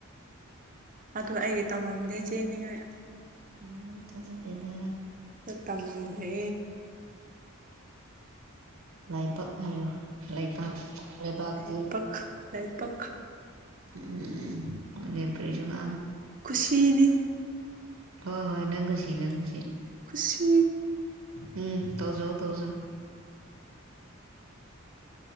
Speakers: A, on the right (about 40°); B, on the right (about 70°).
A: ꯑꯗꯨ ꯑꯩꯒꯤ ꯇꯝꯃꯝꯗꯤ ꯆꯦꯅꯤꯡꯉꯥꯏ
B: ꯎꯝ ꯆꯖꯗꯦꯗ
A: ꯇꯝꯃꯝꯗ꯭ꯔꯦ
B: ꯂꯥꯏꯕꯛ ꯍꯥꯏꯌꯨ ꯂꯩꯕꯥꯛ ꯂꯩꯕꯥꯛꯁꯤ
A: ꯂꯥꯏꯕꯛ ꯂꯥꯏꯕꯛ
B: ꯎꯝ ꯑꯣ ꯐꯔꯤꯁꯨꯉ
A: ꯈꯨꯨꯁꯤꯅꯤ
B: ꯍꯣꯏ ꯍꯣꯏ ꯅꯪꯒꯁꯤ ꯅꯪꯉꯁꯤ
A: ꯈꯨꯁꯤ
B: ꯎꯝ ꯇꯧꯖꯣ ꯇꯧꯖꯣ